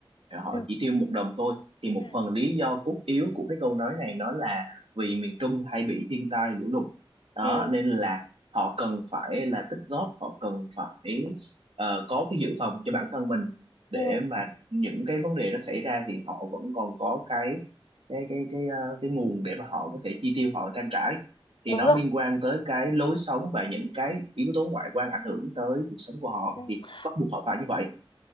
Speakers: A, on the right; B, on the left.
A: à, họ
B: ừ
A: chỉ tiêu một đồng thôi thì một
B: ừ
A: phần lý do cốt yếu của cái câu nói này nó là vì miền Trung hay bị thiên tai lũ lụt đó
B: ừ
A: nên là họ cần phải là tích góp họ cần phải ờ, có cái dự phòng cho bản thân mình để
B: ừ,
A: mà những cái vấn đề đó xảy ra thì họ vẫn còn có cái cái cái cái ờ, cái nguồn để mà họ có thể chi tiêu họ trang trải thì
B: đúng
A: nó
B: rồi
A: liên quan tới cái lối sống và những cái yếu tố ngoại quan ảnh hưởng tới cuộc sống của họ
B: ừ.
A: thì bắt buộc họ phải như vậy